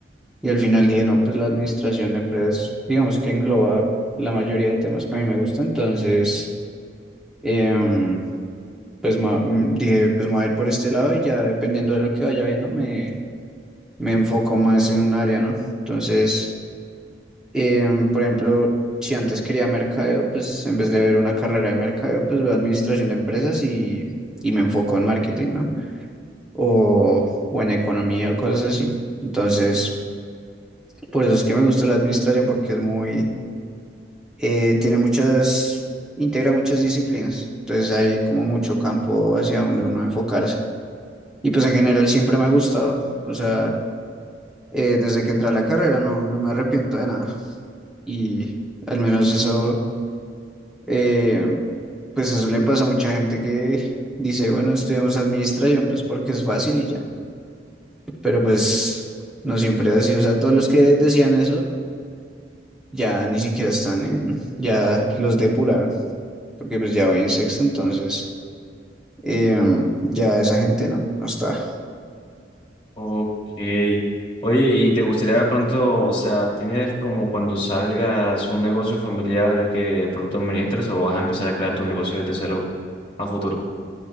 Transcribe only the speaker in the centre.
y al final dije, no, pues la administración de empresas, digamos que engloba la mayoría de temas que a mí me gustan, entonces... em, pues ma- mm, dije, pues me voy a ir por este lado y ya dependiendo de lo que vaya viendo me, me enfoco más en un área, ¿no? Entonces, em, por ejemplo, si antes quería mercadeo, pues en vez de ver una carrera de mercadeo, pues veo administración de empresas y, y me enfoco en marketing, ¿no? O, o en economía o cosas así. Entonces, por eso es que me gusta la administración porque es muy, eh, tiene muchas, integra muchas disciplinas. Entonces hay como mucho campo hacia donde uno enfocarse. Y pues en general siempre me ha gustado. O sea, eh, desde que entré a la carrera no, no me arrepiento de nada. Y al menos eso, eh, pues eso le pasa a mucha gente que dice, bueno, estudiamos administración, pues porque es fácil y ya. Pero pues no siempre es así. O sea, todos los que decían eso ya ni siquiera están en, ya los depuraron, porque pues ya voy en sexto, entonces eh, ya esa gente no, no está.